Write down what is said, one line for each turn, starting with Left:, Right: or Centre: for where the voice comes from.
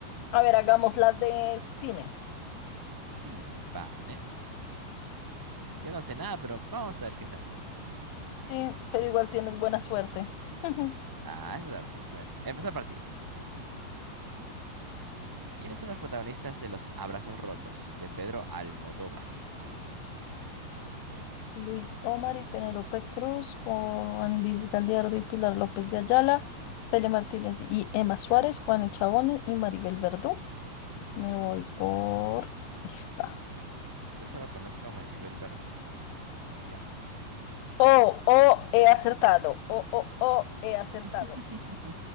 Left: A ver, hagamos la de cine.
Right: Cine, vale. Yo no sé nada, pero vamos a ver qué sale.
Left: Sí, pero igual tienes buena suerte. <laughs>
Right: Ah, es verdad. A ver, empezar partida. ¿Quiénes son los protagonistas de Los Abrazos Rotos de Pedro Almodóvar?
Left: Luis Omar y Penélope Cruz, Juan Luis Gallardo y Pilar López de Ayala, Fele Martínez y Emma Suárez, Juan Echaboni y Maribel Verdú. Me voy por... esta.
Right: Yo solo conozco a Maribel Verdú. Diablos.
Left: Oh, oh, he acertado. Oh, oh, oh, he acertado.
Right: <laughs>